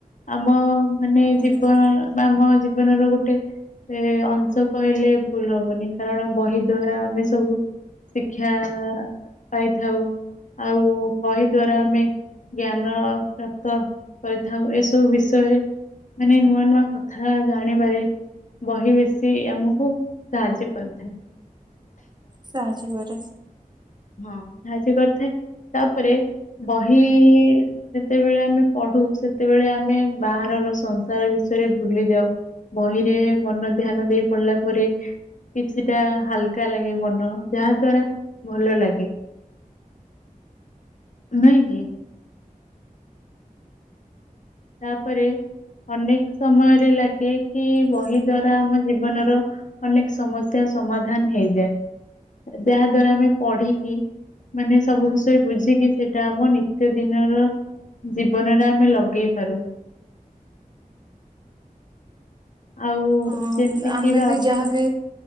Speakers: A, on the left (about 60°); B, on the right (about 30°).
A: ଆମ ମାନେ
B: ଆଜ୍ଞା
A: ଜୀବନ ବା ଆମ ଜୀବନର ଗୋଟେ ଏ ଅଂଶ କହିଲେ ଭୁଲ ହବ। ଅନି କାରଣ ବହି ଦ୍ଵାରା ଆମେ ସବୁ ଶିକ୍ଷା ପାଇଥାଉ। ଆଉ ବହି ଦ୍ଵାରା ଆମେ ଜ୍ଞାନ ପ୍ରାପ୍ତ କରିଥାଉ। ଏସବୁ ବିଷୟରେ ମାନେ ନୂଆ ନୂଆ କଥା ଜାଣିବାରେ ବହି ବେଶୀ ଆମକୁ ସାହାଯ୍ୟ କରିଥାଏ।
B: ସାହାଯ୍ୟ କରେ।
A: ହଁ ସାହାଯ୍ୟ କରିଥାଏ, ତାପରେ ବହି ଯେତେବେଳେ ଆମେ ପଢୁ ସେତେବେଳେ ଆମେ ବାହାରର ସଂସାର ବିଷୟରେ ଭୁଲି ଯାଉ। ବହିରେ ମନ ଧ୍ୟାନ ଦେଇ ପଢିଲା ପରେ କିଛିଟା ହାଲକା ଲାଗେ ମନ। ଯାହା ଦ୍ଵାରା ଭଲ ଲାଗେ। ନାଇଁ କି? ତାପରେ ଅନେକ ସମୟରେ ଲାଗେ କି
B: ହଁ
A: ବହି ଦ୍ଵାରା ଟା ଆମ ଜୀବନର ଅନେକ ସମସ୍ୟା ସମାଧାନ ହେଇଯାଏ। ଯାହା ଦ୍ଵାରା ଆମେ ପଢିକି ମାନେ ସବୁ ବିଷୟରେ ବୁଝିକି ସେଇଟା ଆମ ନିତ୍ୟ ଦିନର ଜୀବନରେ ଆମେ ଲଗେଇ ପାରୁ। ଆଉ
B: ହଁ,
A: ଯେମିତି
B: ଆମେ
A: କିି ଭାବ
B: ବି ଯାହାବି